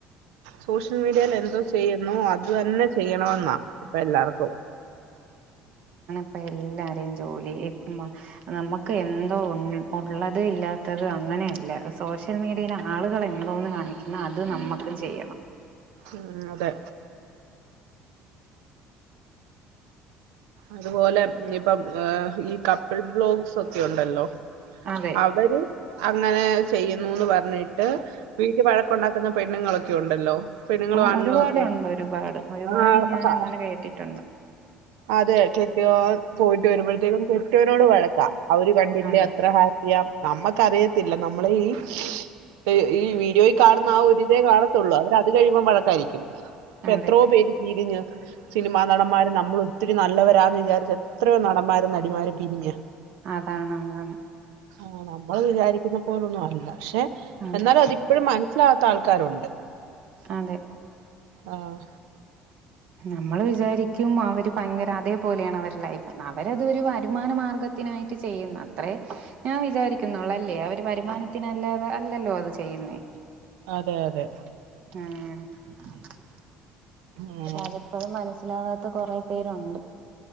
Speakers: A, on the right (about 70°); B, on the right (about 55°).
A: സോഷ്യൽ മീഡിയേല് എന്തോ ചെയ്യുന്നു അത് തന്നെ ചെയ്യണമെന്നാ ഇപ്പ എല്ലാർക്കും.
B: ഇപ്പൊ എല്ലാരേം ജോലി ഇപ്പം നമ്മക്ക് എന്തോ ഒണ്ട് ഒള്ളത് ഇല്ലാത്തത് അങ്ങനെയല്ല സോഷ്യൽ മീഡിയൽ ആളുകൾ എന്തോന്ന് കാണിക്കുന്നു അത് നമ്മക്ക് ചെയ്യണം.
A: ഉം അതെ അതുപോലെ ഇപ്പം ഈ കപ്പിൾ ബ്ലോഗ്സ് ഒക്കെ ഒണ്ടല്ലോ?
B: അതെ
A: അവര് അങ്ങനെ ചെയ്യുന്നൂന്ന് പറഞ്ഞ് പറഞ്ഞിട്ട് വീട്ടി വഴക്കുണ്ടാക്കുന്ന പെണ്ണുങ്ങളൊക്കെ ഉണ്ടല്ലോ? പെണ്ണുങ്ങളും
B: ആ
A: ആണുങ്ങളും
B: ഒരുപാടുണ്ട്
A: ഒക്കെ
B: ഒരുപാട് ഒരുപാട്
A: ആ
B: ഞാൻ അങ്ങനെ കേട്ടിട്ടുണ്ട്.
A: അതെ കേപ്പിയോൻ പോയിട്ട് വരുമ്പോഴത്തേക്കും കെട്ടവനോട് വഴക്കാ അവര് കണ്ടില്ലേ
B: അതെ
A: അത്ര ഹാപ്പിയാ നമ്മക്കറിയ ല്ല നമ്മളെ ഈ <unintelligible> ഈ വീഡിയോയിൽ കാണുന്ന ആ ഒരിതേ കാണത്തുള്ളൂ അവര് അത് കഴിയുമ്പോ വഴക്കായിരിക്കും. ഇപ്പ
B: അതെ
A: എത്രോ പേര് പിരിഞ്ഞ് സിനിമാ നടന്മാര് നമ്മളും ഒത്തിരി നല്ലവരാന്ന് വിചാരിച്ച എത്രയോ നടന്മാരും നടിമാരും പിരിഞ്ഞ്.
B: അതാണ് അതാണ്.
A: ആ, നമ്മൾ വിചാരിക്കുന്ന പോലൊന്നും അല്ല. പക്ഷെ
B: അതെ
A: എന്നാലുഅതിപ്പോഴും മനസ്സിലാത്ത ആൾക്ക ക്കാരു
B: അതെ
A: ആഹ്
B: നമ്മൾ വിചാരിക്കും അവര് ഭയങ്കര അതേപോലെയാണ് അവരെ ലൈഫെന്ന് അവരത് ഒരു വരുമാന മാർഗത്തിനായിട്ട് ചെയ്യുന്ന അത്രേ ഞാൻ വിചാരിക്കുന്നൊള്ളൂ അല്ലേ അവര് വരുമാനത്തിനല്ലാതെ അല്ലല്ലോ അത് ചെയ്യ്ന്നേ.
A: അതെ അതെ
B: ആഹ്
A: ഉം,
B: അതിപ്പോഴും മനസ്സിലാവാത്ത കൊറെ പേരുണ്ട്.